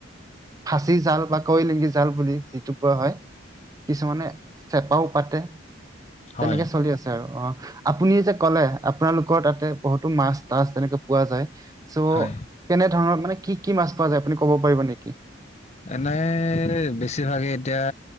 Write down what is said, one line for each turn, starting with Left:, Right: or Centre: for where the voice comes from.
Right: ফাঁচি জাল বা কৈ লিংগি জাল বুলি যিটো কোৱা হয়। কিছুমানে চেপাও পাতে
Left: হয়
Right: তেনেকে
Left: হয়
Right: চলি আছে আৰু অ আপুনি যে ক'লে আপোনালোকৰ তাতে বহুতো মাছ তাছ তেনেকে পোৱা যায় চ'
Left: হয়
Right: ধৰ মানে কি কি মাছ পোৱা যূ আপুনি ক'ব পাৰ নেকি?
Left: এনেই বেছিভাগেই এতিয়া